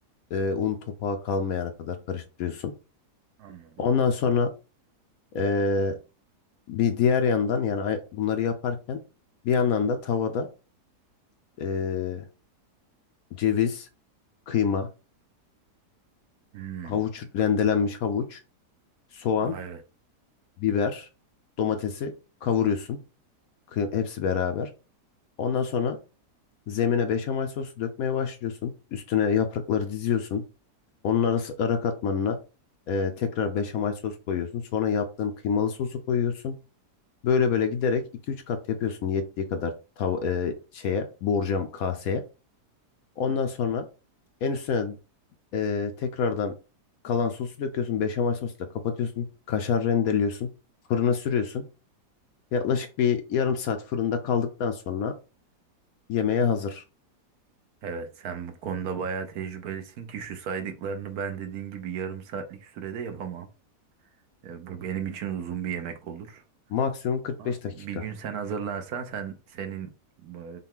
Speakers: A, on the left; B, on the right.
A: e, un topağı kalmayana kadar karıştırıyorsun.
B: Anladım.
A: Ondan sonra ee, Bir diğer yandan yani ay- bunları yaparken bir yandan da tavada eee, ceviz, kıyma,
B: Hmm.
A: havuç rendelenmiş havuç, soğan,
B: Aa, evet.
A: biber, domatesi kavuruyorsun. Kıy- hepsi beraber. Ondan sonra zemine beşamel sosu dökmeye başlıyorsun. Üstüne yaprakları diziyorsun. Onun arası ara katmanına eee, tekrar beşamel sos koyuyorsun. Sonra yaptığın kıymalı sosu koyuyorsun. Böyle böyle giderek iki üç kat yapıyorsun yettiği kadar tav eee, şeye borcam kaseye. Ondan
B: Heh.
A: sonra en üstüne e, tekrardan kalan sosu döküyorsun. Beşamel sosla kapatıyorsun. Kaşar rendeliyorsun. Fırına sürüyorsun. Yaklaşık bir yarım saat fırında kaldıktan sonra yemeğe hazır.
B: Evet sen bu konuda bayağı tecrübelisin ki şu saydıklarını ben dediğin gibi yarım saatlik sürede yapamam. E, bu benim için uzun bir yemek olur.
A: Maksimum 45
B: Ama bir
A: dakika
B: gün sen hazırlarsan sen senin e,